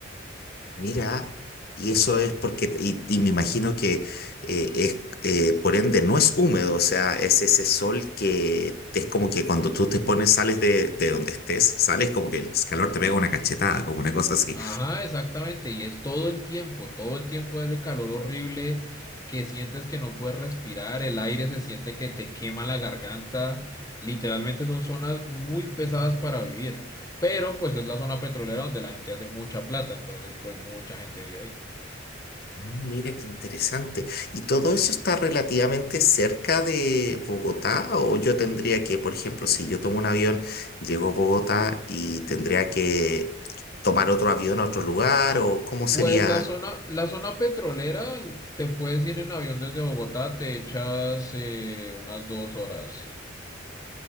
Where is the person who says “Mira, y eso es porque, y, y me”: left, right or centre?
Left